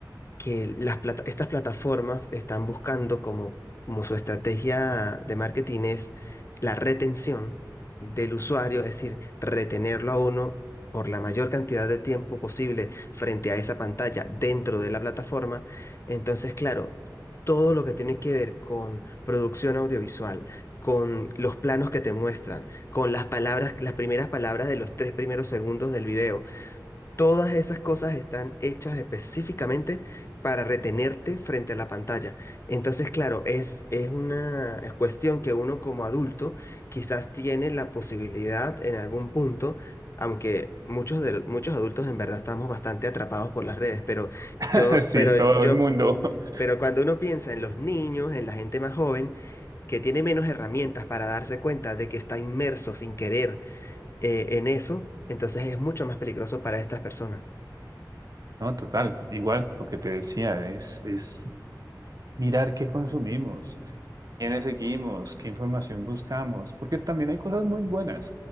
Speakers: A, on the left; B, on the right.
A: que las plata- estas plataformas están buscando como, como su estrategia de marketing es la retención del usuario, es decir, retenerlo a uno por la mayor cantidad de tiempo posible frente a esa pantalla dentro de la plataforma. Entonces, claro, todo lo que tiene que ver con producción audiovisual, con los planos que te muestran, con las palabras, las primeras palabras de los tres primeros segundos del video Todas esas cosas están hechas específicamente para retenerte frente a la pantalla. Entonces, claro, es, es una es cuestión que uno como adulto quizás tiene la posibilidad en algún punto, aunque muchos de, muchos adultos en verdad estamos bastante atrapados por las redes, pero
B: <laughs>
A: yo,
B: Sí,
A: pero
B: todo
A: yo,
B: el mundo. <laughs>
A: pero cuando uno piensa en los niños, en la gente más joven, que tiene menos herramientas para darse cuenta de que está inmerso sin querer eh, en eso, entonces es mucho más peligroso para estas personas.
B: No, total, igual lo que te decía es, es mirar qué consumimos. quiénes seguimos, qué información buscamos, porque también hay cosas muy buenas.